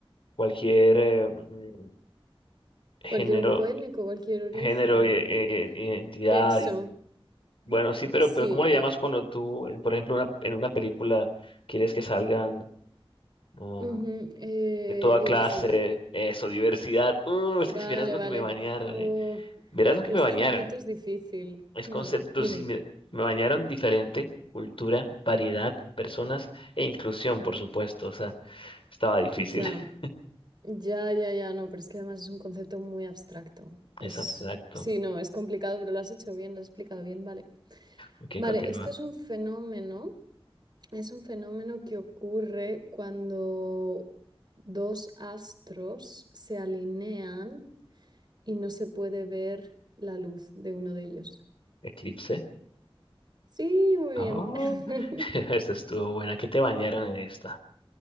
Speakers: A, on the left; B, on the right.
A: cualquier eh, mm, género?
B: Cualquier grupo étnico, cualquier origen,
A: género, i- i- identidad,
B: sexo.
A: y, bueno, sí, pero,
B: Sí,
A: pero ¿cómo le
B: eh,
A: llamas cuando tú, eh, por ejemplo, una- en una película quieres que salgan ah,
B: ujú, eh,
A: de toda
B: diversidad.
A: clase, eso, diversidad? Uh, es
B: Vale,
A: que si vieras lo
B: vale.
A: que me bañaron,
B: Oh,
A: eh. Verás lo que
B: pero
A: me
B: es
A: bañaron.
B: que el concepto es difícil.
A: Es
B: Hmm,
A: concepto,
B: dime.
A: sí, me, me bañaron diferente, cultura, variedad, personas e inclusión, por supuesto. O sea, estaba difícil,
B: Ya.
A: <laughs>
B: Ya, ya, ya, no, pero es que además es un concepto muy abstracto. Es,
A: es abstracto.
B: sí, no, es complicado, pero lo has hecho bien, lo has explicado bien, vale.
A: Ok,
B: Vale,
A: continúa.
B: esto es un fenómeno, es un fenómeno que ocurre cuando dos astros se alinean y no se puede ver la luz de uno de ellos.
A: Eclipse.
B: Sí, muy
A: Oh,
B: bien. <laughs>
A: <laughs> esa estuvo buena. ¿Qué te bañaron en esta?